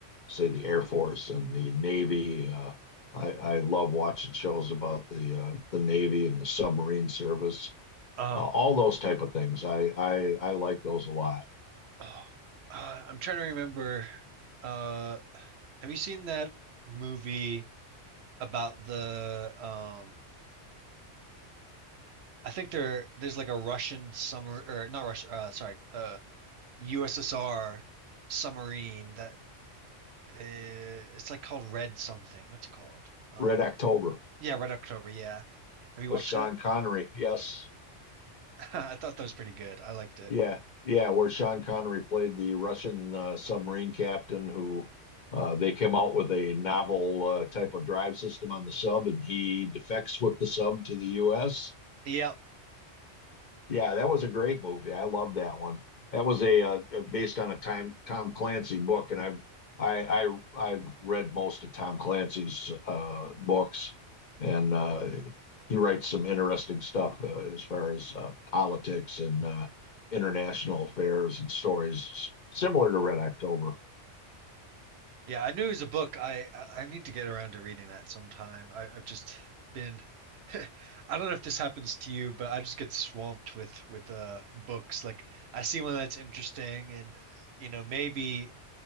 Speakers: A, on the left (about 45°); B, on the right (about 65°).
A: say the Air Force and the Navy. Uh, I, I love watching shows about the uh, the Navy and the submarine service,
B: Uh-huh.
A: uh, all those type of things. I, I I like those a lot.
B: Oh, uh, I'm trying to remember. Uh, Have you seen that movie about the um I think there there's like a Russian summer or not Russia uh sorry uh USSR submarine that uh, it's like called Red something. What's it called? Um
A: Red October
B: yeah, Red October, yeah. Have you
A: with
B: watched
A: Sean
B: that?
A: Connery. Yes.
B: <laughs> I thought that was pretty good. I liked it.
A: Yeah, yeah, where Sean Connery played the Russian uh, submarine captain who uh, they came out with a novel uh, type of drive system on the sub, and he defects with the sub to the U.S.
B: Yeah,
A: Yeah, that was a great movie. I love that one. That was a uh, uh, based on a time Tom Clancy book, and I've I I I've read most of Tom Clancy's uh, books, and uh, he writes some interesting stuff uh, as far as uh, politics and uh, international affairs and stories similar to Red October.
B: Yeah, I knew it was a book. I I I need to get around to reading that sometime. I, I've just been <laughs> I don't know if this happens to you, but I just get swamped with with uh books. Like I see one that's interesting and you know, maybe